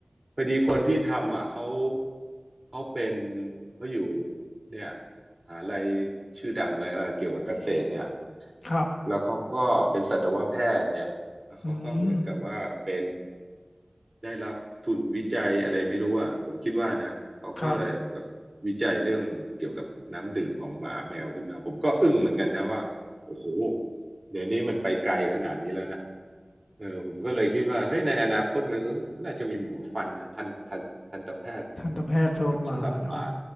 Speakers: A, on the right; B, on the left.
A: พอดีคนที่ทำอ่ะเขาเขาเป็นเขาอยู่เนี่ยมหาลัยชื่อดังเลยอะไรเกี่ยวกับเกษตรเนี่ย
B: ครับ
A: แล้วเขาก็เป็นสัตวแพทย์ไงแล้วเขาก็เหมือนกับว่าเป็น
B: อืม
A: ได้รับทุนวิจัยอะไรไม่รู้อ่ะผมคิดว่านะเขาก็เลยแบบวิจัยเรื่องเกี่ยวกับน้ำดื่มของหมาแมวขึ้นมาผมก็อึ้งเหมือนกันนะว่าโอ้โห
B: ครับ
A: เดี๋ยวนี้มันไปไกลขนาดนี้แล้วนะ เออผมก็เลยคิดว่าเฮ้ยในอนาคตมันก็น่าจะมีหมอฟันนะทันทันทันตแพทย์
B: <laughs> ทันตแพทย์สำหรับหมาเนาะ
A: แบบสำหรับหมา